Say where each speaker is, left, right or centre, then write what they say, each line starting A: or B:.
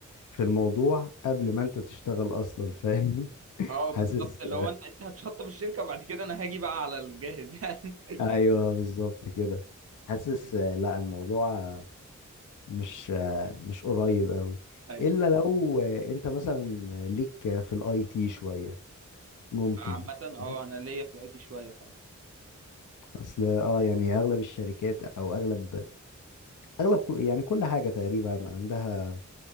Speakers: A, on the left; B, on the right.
A: في الموضوع قبل ما انت تشتغل اصلا فاهم <laughs>
B: اه
A: حاسس
B: بالظبط اللي هو انت انت هتشطب الشركه وبعد كده انا هاجي بقى على الجاهز يعني
A: ايوه بالظبط كده حاسس آه، لا الموضوع آه، مش آه، مش قريب قوي
B: <laughs> ايوه
A: الا لو آه، انت مثلا ليك آه، في الاي تي شوية ممكن
B: عامه اه
A: فاهم؟
B: انا ليا في الاي شويه فعلا
A: اصل اه يعني اغلب الشركات او اغلب اغلب كل- يعني كل حاجة تقريبا عندها